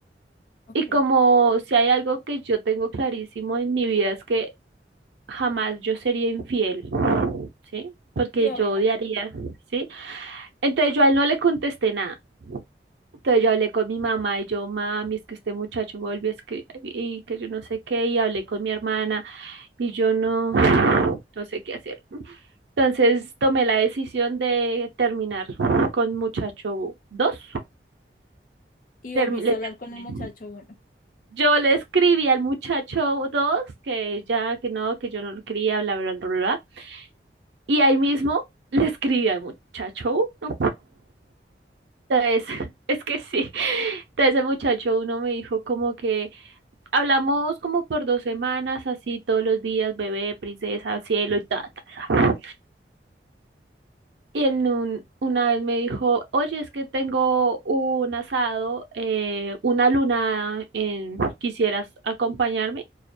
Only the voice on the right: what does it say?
Y como si hay algo que yo tengo clarísimo en mi vida es que jamás yo sería infiel, ¿sí? Porque
yo odiaría, ¿sí? Entonces yo a él no le contesté nada. Entonces yo hablé con mi mamá y yo, mami, es que este muchacho me volvió a escribir y que yo no sé qué, y hablé con mi hermana y yo no, no sé qué hacer. Entonces tomé la decisión de terminar con muchacho 2.
Termi-
le
terminé.
Yo le escribí al muchacho 2 que ya, que no, que yo no lo quería, bla, bla, bla, bla. Y ahí mismo le escribí al muchacho. "Uh, Entonces, <laughs> es que sí. Entonces el muchacho uno me dijo como que hablamos como por dos semanas, así todos los días, bebé, princesa, cielo y ta, ta, ta. Y en un- una vez me dijo, oye, es que tengo un asado, eh, una luna, en, ¿quisieras acompañarme?